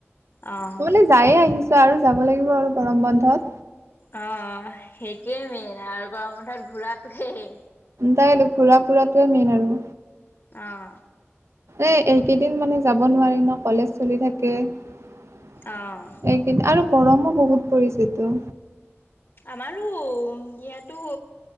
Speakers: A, on the left; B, on the right.
A: অ',
B: কবালে যায়ে আহিছো আৰু যাব লাগিব আৰু গৰম বন্ধত।
A: অঁ, সেইটোৱে মেইন আৰু গৰম বন্ধত ঘূৰাটোৱেই।
B: তাকে ত' ঘুৰা ফুৰাটোৱে মেইন আৰু
A: অ'হ
B: এ এইকেইদিন মানে যাব নোৱাৰি ন' কলেজ চলি থাক এইকেই
A: অ',
B: আৰু গৰমো বহুত পৰিছেতো।
A: আমাৰো ইয়াতো